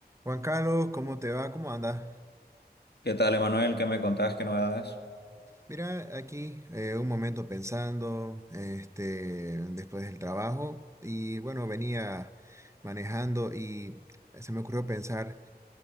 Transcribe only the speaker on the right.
Juan Carlos, ¿cómo te va? ¿Cómo andas?
Mira, aquí eh, un momento pensando, este, después del trabajo, y bueno, venía manejando y se me ocurrió pensar